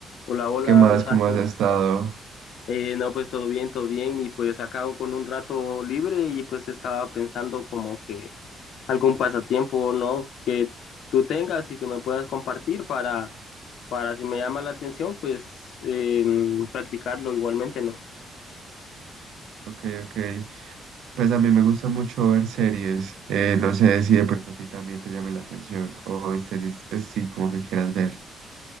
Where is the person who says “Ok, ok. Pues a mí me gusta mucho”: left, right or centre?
Right